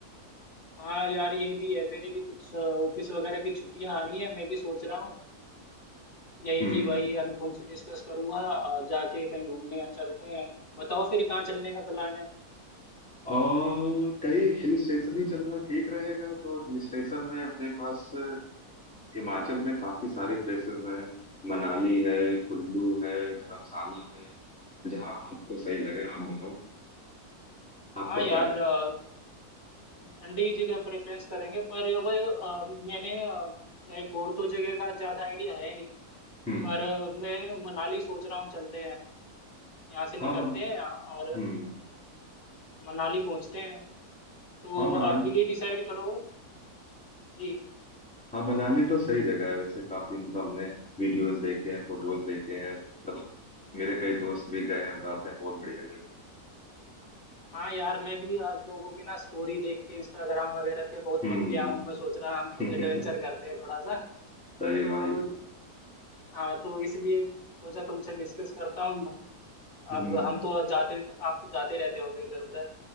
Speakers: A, on the left; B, in the centre.
A: हाँ यार ये भी है मेरी भी कुछ ऑफिस वगैरह की छुट्टियां आ रही है मैं भी सोच रहा हूँ यही
B: हम्म
A: कि भाई अनुपम से डिस्कस करूंगा अ, जाके कहीं घूमने या चलते हैं बताओ फिर कहाँ चलने का प्लान है
B: और कहीं हिल स्टेशन ही चलना ठीक रहेगा तो हिल स्टेशन में अपने पास हिमाचल में काफी सारे प्लेसेस हैं मनाली है कुल्लू है धर्मशाला है जहाँ आपको सही लगे आप बताओ आपको
A: हाँ यार
B: क्या लगे
A: अ, ठंडी जगह प्रेफरेंस करेंगे पर वही अ, मैंने लाइक और तो जगह का ज्यादा आइडिया है नहीं
B: हम्म
A: पर अ, मैं मनाली सोच रहा हूँ चलते हैं यहाँ से निकलते
B: हाँ मन
A: हैं अ, और
B: हम्म
A: मनाली पहुंचते हैं तो
B: हाँ मनाली
A: अब ये डिसाइड करो जी
B: हाँ मनाली तो सही जगह है वैसे काफी मतलब हमने वीडियोस देखे हैं फोटोज देखे हैं मतलब मेरे कई दोस्त भी गए हैं बताते हैं बहुत बढ़िया जगह
A: हाँ यार मैं भी आप लोगों की ना स्टोरी देख के इंस्टाग्राम वगैरह पे बहुत
B: हम्म
A: पक गया हूँ मैं सोच रहा हम खुद
B: <laughs>
A: एडवेंचर करते हैं थोड़ा सा
B: सही
A: तो
B: भाई
A: हाँ तो इसलिए सोचा तुमसे डिस्कस करता हूँ
B: हम्म
A: अब हम तो जाते आप तो जाते रहते होगे इधर उधर